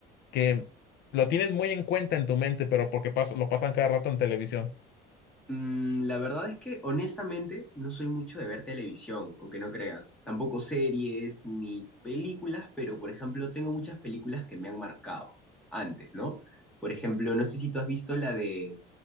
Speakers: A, on the left; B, in the centre.
A: que lo tienes muy en cuenta en tu mente, pero porque pasa, lo pasan cada rato en televisión.
B: Mm, la verdad es que honestamente no soy mucho de ver televisión, aunque no creas. Tampoco series ni películas, pero por ejemplo tengo muchas películas que me han marcado antes, ¿no? Por ejemplo, no sé si tú has visto la de